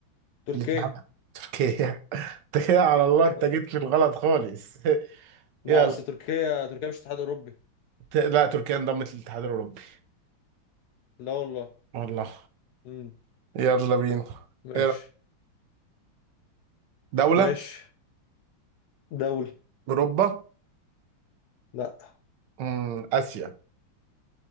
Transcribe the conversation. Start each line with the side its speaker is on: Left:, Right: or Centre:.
Left: تركيا
Right: في الاتحاد تركيا <laughs> انت كده على الله انت
Left: آه،
Right: جيت في الغلط خالص <laughs> يلا
Left: ما أصل تركيا تركيا مش اتحاد أوروبي
Right: ت- لا تركيا انضمت للاتحاد الأوروبي
Left: لا والله
Right: والله
Left: مم.
Right: يلا بينا
Left: ماشي
Right: إيه رأيك؟ دولة
Left: ماشي دولة
Right: أوروبا
Left: لا
Right: أمم، آسيا